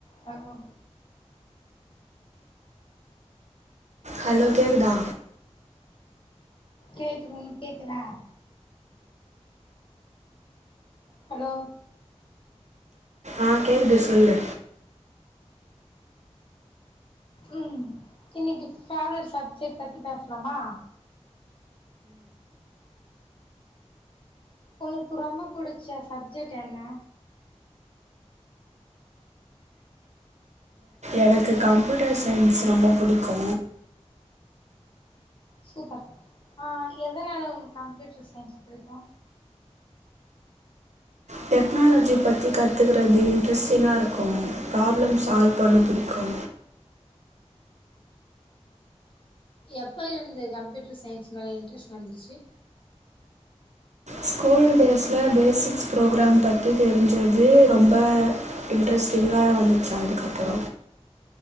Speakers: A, on the left; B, on the right.
A: hello
B: hello கேக்குதா
A: கேக்குது உனக்கு கேக்குதா ஹலோ
B: ஆ கேக்குது சொல்லு
A: ம் இன்னைக்கு ஃபேவரட் சப்ஜெக்ட் பத்தி பேசலாமா உனக்கு ரொம்ப புடிச்ச சப்ஜெக்ட் என்ன
B: எனக்கு கம்ப்யூட்டர் சயின்ஸ் ரொம்ப புடிக்கு
A: சூப்பர் ஆ எதனால உனக்கு கம்ப்யூட்டர் சயின்ஸ் புடிக்கு
B: டெக்னாலஜிய பத்தி க த்துக்கறது இன்ட்ரெஸ்டிங்கா இருக்கு ப்ராப்ளம் சால்வ் பண்ண புடிக்கு
A: எப்ப இருந்து கம்ப்யூட்டர் சயின்ஸ் மேல இன்ட்ரெஸ்ட் வந்துச்சு
B: ஸ்கூல் டேஸ்ல பேசிக்ஸ் ப்ரோகிரேம் பத்தி தெரிஞ்சது ரொம்ப இன்ட்ரெஸ்டிங்கா வந்துச்சி அதுக்கப்பற